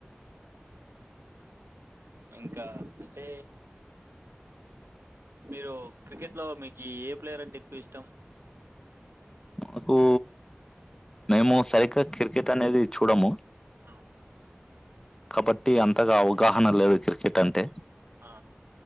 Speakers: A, on the right (about 80°); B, on the left (about 15°).
A: ఇంకా అంటే మీరు, క్రికెట్ లో మీకు ఏ ప్లేయర్ అంటే ఎక్కువ ఇష్టం.
B: మాకు మేము సరిగ్గా క్రికెట్ అనేది చూడము.
A: ఆ
B: కాబట్టి అంతగా అవగాహన లేదు క్రికెట్ అంటే
A: ఆ,